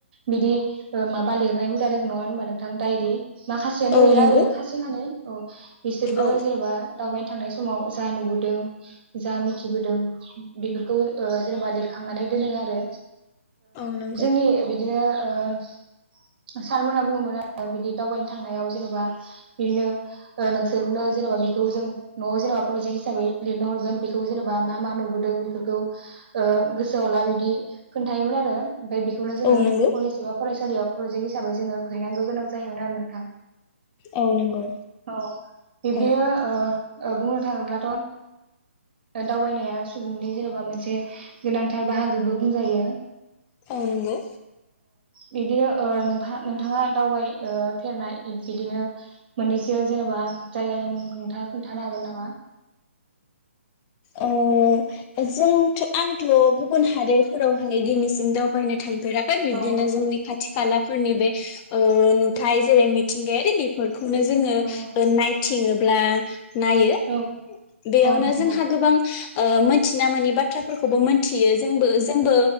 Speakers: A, on the right; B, on the left.
A: बिदि ओ माबा लिरनाय हुदा दोङ नङा होनबा नोंथां डायरि माखासेयानो
B: औ
A: गैया
B: नंगौ
A: ओरैनो खासे खानैै औ बिसोरबो
B: औ
A: जेनेबा दावबायनो थांनाय समाव जा नुबोदों जा मिथिबोदों बेफोरखौ जेनेबा लिरखांनानै दोनो आरो
B: औ नंगौ
A: जोंनि बिदिनो ओ सारमोनहा बुङोमोन आरो बिदि दावबायनो थांनायाव जेनेबा बिदिनो नोंसोरनो जेनेबा बिखौ जों न'आव जेनेबा प्रजेक्ट हिसाबै लिरनो हरगोन बेखौ जेनेबा मा मा नु दों बेफोरखौ ओ गोसोआवला बिदि खोन्थायोमोन आरो ओमफ्राय बेखौनो जोङो
B: औ नंगौ
A: कलेज एबा फरायसालियाव प्रजेक्ट हिसाबै जोङो हैनांगौ गोनां जायोमोन आरो नोंथां
B: औ नंगौ
A: औ बिबदिनो
B: औ
A: ओ बुंनो थाङोब्लाथ' दावबायनाया सुबुंनि जेनेबा मोनसे गोनांथार बाहागोबो बुंजायो
B: औ नंगौ
A: बिदिनो नोंथ नोंथाङा दावबाय फेरनाय बिदिनो मोननैसो जेनेबा जायगानि मुं नोंथाङा खोन्थानो हागोन नामा
B: अ जों आंथ' गुबुन हादोरफोरावहाय दिनैसिम दावबायनो थायो फोरा बिबदिनो
A: औ
B: जोंनि खाथि खालाफोरनि बे ओ नुथाय जेरै मिथिंगायारि बेफोर खौनो जोङो
A: औ
B: ओ नायथिङो ब्ला नायो
A: औ
B: बेयावनो
A: औ नंगौ
B: जोंहा गोबां ओ ओ मिथिना मोननि बाथ्राफोरखौबो मोनथियो जोंबो जोंबो